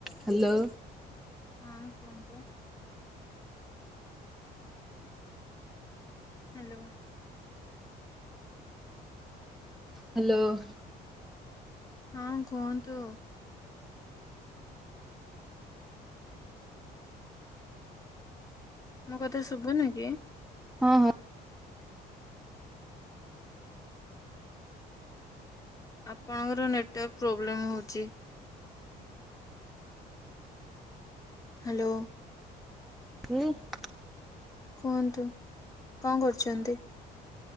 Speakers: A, in the centre; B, on the left.
A: Hello.
B: ହଁ କୁହନ୍ତୁ। Hello.
A: Hello.
B: ହଁ କୁହନ୍ତୁ। ମଁ କଥା ଶୁଭୁନି କି?
A: ହଁ ହଁ।
B: ଆପଣଙ୍କର ନେଟୱାର୍କ ପ୍ରୋବ୍ଲେମ୍ ହେଉଛି। ହ୍ୟାଲୋ।
A: <unintelligible>
B: କୁହନ୍ତୁ, କଣ କରୁଛନ୍ତି?